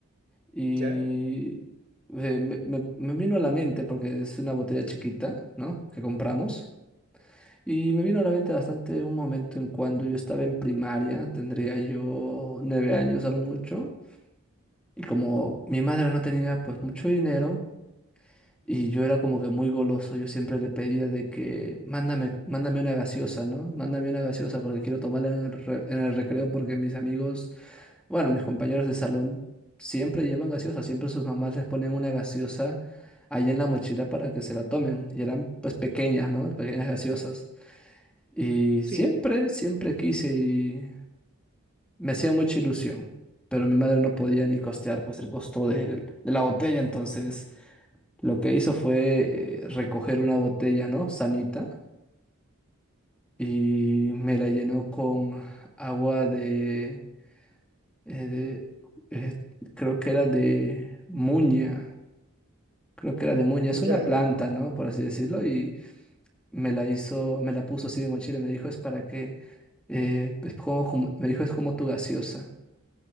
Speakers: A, in the centre; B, on the right.
A: y
B: ¿Ya?
A: eh, me, me- me vino a la mente, porque es una botella chiquita, ¿no? Que compramos. Y me vino a la mente bastante un momento en cuando yo estaba en primaria, tendría yo nueve años a lo mucho, y como mi madre no tenía pues mucho dinero, Y yo era como que muy goloso, yo siempre le pedía de que mándame, mándame una gaseosa, ¿no? Mándame una gaseosa porque quiero tomarla en el, re- en el recreo porque mis amigos, bueno, mis compañeros de salón siempre llevan gaseosa, siempre sus mamás les ponen una gaseosa ahí en la mochila para que se la tomen. Y eran pues pequeñas, ¿no? Pequeñas gaseosas. Y siempre,
B: Sí,
A: siempre quise y me hacía mucha ilusión, pero mi madre no podía ni costear pues el costo de, de la botella, entonces... Lo que hizo fue eh, recoger una botella, ¿no? Sanita y me la llenó con agua de, eh, de- eh, creo que era de muña, creo que era de muña, es
B: ya.
A: una planta, ¿no? Por así decirlo, y me la hizo, me la puso así en mi mochila, me dijo, es para que, eh, es como, como- me dijo, es como tu gaseosa.